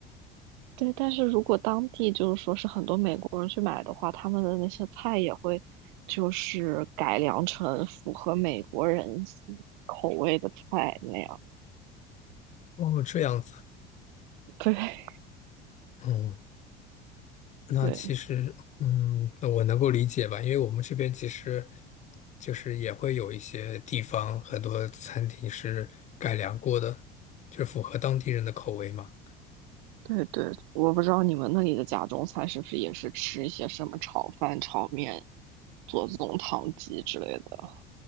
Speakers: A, on the right; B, on the left.
A: 对。但是如果当地就是说是很多美国人去买的话，他们的那些菜也会就是改良成符合美国人口味的菜那样。
B: 哦，这样子。
A: 对，<laughs>
B: 嗯。那其实，
A: 对，
B: 嗯，那我能够理解吧，因为我们这边其实就是也会有一些地方，很多餐厅是改良过的，就是符合当地人的口味嘛。
A: 对，对。我不知道你们那里的家中菜是不是也是吃一些什么炒饭、炒面、左宗棠鸡之类的。